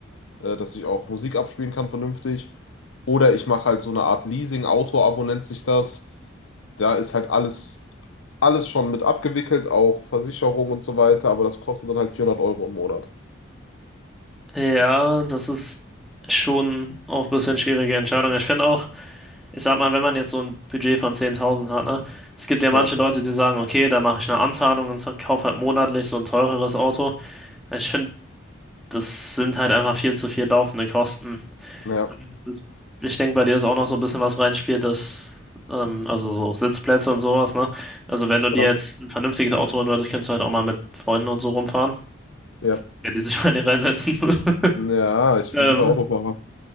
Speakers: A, on the left; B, in the centre.
A: äh, dass ich auch Musik abspielen kann vernünftig. Oder ich mache halt so eine Art leasing auto nennt sich das. Da ist halt alles, alles schon mit abgewickelt, auch Versicherung und so weiter, aber das kostet dann halt 400 Euro im Monat.
B: Ja, das ist schon auch ein bisschen schwierige Entscheidung. Ich finde auch, ich sag mal, wenn man jetzt so ein Budget von 10.000 hat, ne, es gibt ja manche
A: Ja,
B: Leute, die sagen, okay, da mache ich eine Anzahlung und kaufe halt monatlich so ein teureres Auto. Ich finde, das sind halt einfach viel zu viel laufende Kosten.
A: ja,
B: Das, ich denke, bei dir ist auch noch so ein bisschen was reinspielt, dass, ähm, also so Sitzplätze und sowas, ne? Also wenn du dir
A: klar.
B: jetzt ein vernünftiges Auto holen würdest, könntest du halt auch mal mit Freunden und so rumfahren.
A: Ja,
B: wenn die sich mal nicht reinsetzen. <laughs>
A: ja, ich
B: Ähm,
A: bin guter Autofahrer.